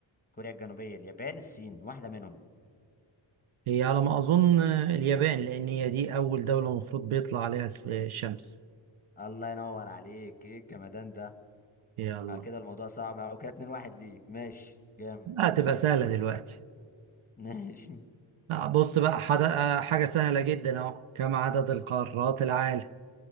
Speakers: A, on the left (about 15°); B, on the right (about 75°).
A: كوريا الجنوبية اليابان الصين واحدة منهم
B: هي على ما اظن آه، اليابان لان هي دي اول دولة المفروض بيطلع عليها الشمس
A: الله ينور عليك ايه الجمدان ده
B: يلا
A: آه كده الموضوع صعب او كده اتنين واحد ليك ماشي جامد
B: هتبقى سهلة دلوقتي
A: <laughs> ماشي
B: آه، بص بقى حد... آه، حاجة سهلة جدا اهو كم عدد القارات العالم